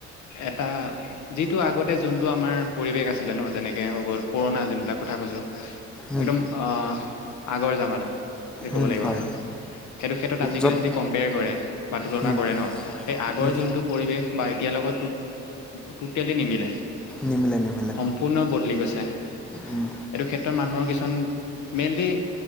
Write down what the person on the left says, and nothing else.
এটা যিটো আগতে যোনটো আমাৰ পৰিৱেশ আছিলে ন যেনে এ হৈ গ'ল পুৰণা যোন বিলাক কথা কৈছো।
একদম, আঁ আগৰ জামানা। বুলি ক'ব
লাগিব
সেইটো ক্ষেত্ৰত আজিকালি
যদি কম্পেয়াৰ কৰে বা তুলনা
কৰে ন সেই আগৰ
যোনটো পৰিৱেশ বা এতিয়াৰ লগত তু টুটিয়েলি নিমিলে।
সম্পূৰ্ণ বদলি গৈছে।
এইটো ক্ষেত্ৰত মানুহৰ কিছন মেইনলি